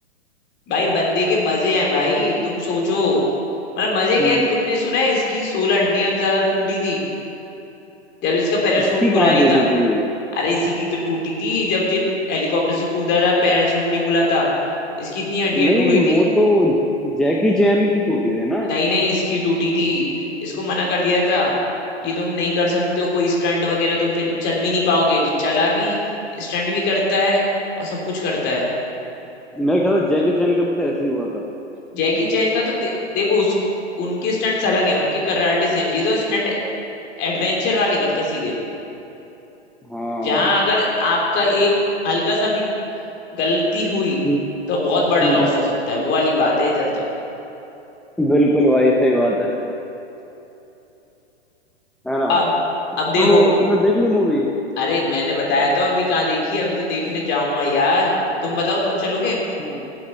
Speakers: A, on the left; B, in the centre.
A: भाई बंदे के मजे हैं भाई तुम सोचो मतलब मजे क्या
B: हम्म
A: है तुमने सुना है इसकी सोलह हड्डियां ज्यादा टूटी थी जब इसका पैराशूट
B: इसकी
A: खुला
B: कहाँ
A: नहीं
B: टूटी
A: था
B: थी
A: अरे इसी की तो टूटी थी जब ये हेलीकॉप्टर से कूदा था पैराशूट नहीं खुला था इसकी इतनी हड्डियां
B: नहीं
A: टूट गई
B: वो
A: थी
B: तो जैकी चैन की टूटी थी ना
A: नहीं नहीं इसकी टूटी थी इसको मना कर दिया था कि तुम नहीं कर सकते हो कोई स्टंट वगैरह तुम फिर चल भी नहीं पाओगे जो चला भी स्टंट भी करता है और सब कुछ करता है
B: मैं ख्याल से जैकी चैन का भी तो ऐसे ही हुआ था
A: जैकी चैन का तो दे, देखो उस उनके स्टंट्स अलग हैं उनके कराटेज हैं ये तो स्टंट एडवेंचर वाले करते हैं सीधे
B: हाँ
A: जहां अगर आपका एक हल्का सा भी गलती हुई
B: हम्म,
A: तो बहुत बड़ा
B: हम्म,
A: लॉस हो सकता है वो वाली बात है इधर तो
B: बिल्कुल भाई सही बात है है ना
A: अब अब देखो
B: तो तुमने देख ली मूवी
A: अरे मैंने बताया तो अभी कहाँ देखी अभी तो देखने जाऊंगा यार तुम बताओ तुम चलोगे
B: अच्छा